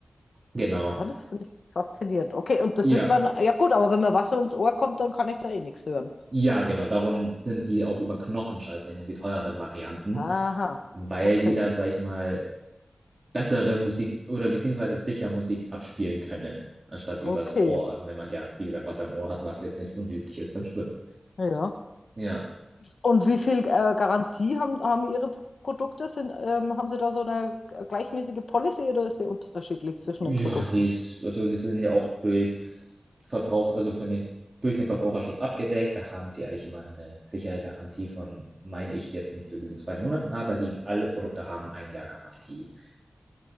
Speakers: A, on the right; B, on the left.
A: Genau.
B: Ja, das finde ich jetzt faszinierend. Okay, und das
A: Ja,
B: ist dann, ja gut, aber wenn mir Wasser ins Ohr kommt, dann kann ich da eh nichts hören.
A: ja, genau. Darum sind die auch über Knochenschall, sag ich mal, die teureren Varianten,
B: Aha,
A: weil
B: okay,
A: die da, sag ich mal, bessere Musik oder beziehungsweise sicher Musik abspielen können, anstatt
B: okay.
A: übers Ohr, wenn man ja, wie gesagt, was am Ohr hat, was jetzt nicht unüblich ist beim Schwimmen.
B: Ja.
A: Ja.
B: Und wie viel äh, Garantie haben, haben Ihre Produkte? Sind, ähm, haben Sie da so eine äh, gleichmäßige Policy oder ist die unterschiedlich zwischen
A: Ja,
B: den Produkten?
A: die ist, also die sind ja auch durch Verbrauch, also von den, durch den Verbraucherschutz abgedeckt. Da haben sie eigentlich immer eine sichere Garantie von, meine ich jetzt nicht zu lügen, zwei Monaten, aber die alle Produkte haben ein Jahr Garantie.